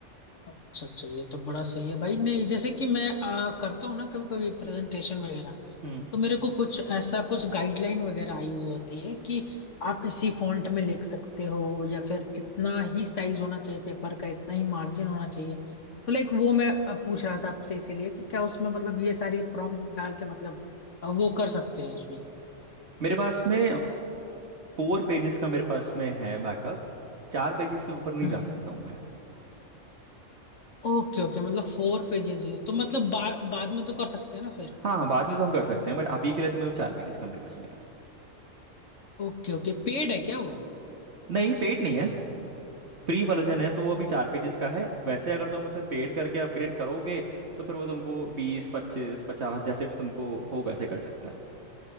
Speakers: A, on the left; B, on the right.
A: अच्छा अच्छा ये तो बड़ा सही है भाई नहीं जैसे कि मैं आ, करता हूँ ना कभी कभी प्रेजेंटेशन वगैरह
B: हम्म
A: तो मेरे को कुछ ऐसा कुछ गाइडलाइन वगैरह आई हुई होती है कि आप इसी फॉन्ट में लिख सकते हो या फिर इतना ही साइज होना चाहिए पेपर का इतना ही मार्जिन होना चाहिए तो लाइक वो मैं अ, पूछ रहा था आपसे इसीलिए कि क्या उसमें मतलब ये सारी प्रॉम्प्ट डाल के मतलब अ, वो कर सकते हैं उसमें
B: मेरे पास में फोर पेजेस का मेरे पास में है बैकअप चार पेजेस से ऊपर नहीं
A: हम्म
B: जा सकता हूँ मैं
A: ओके ओके मतलब फोर पेजेस ही हो, तो मतलब बार बाद में तो कर सकते हैं ना फिर
B: हाँ हाँ बाद में तो हम कर सकते हैं बट अभी के लिए तो मेरे चार पेजेस का मेरे पास मेल
A: ओके ओके पेड है क्या वो
B: नहीं पेड नहीं है फ्री वर्जन है तो वो अभी चार पेजेस का है वैसे अगर तुम उसे पेड करके अपग्रेड करोगे तो फिर वो तुमको बीस पच्चीस
A: हम्म।
B: पचास जैसे भी तुमको हो वैसे कर सकता है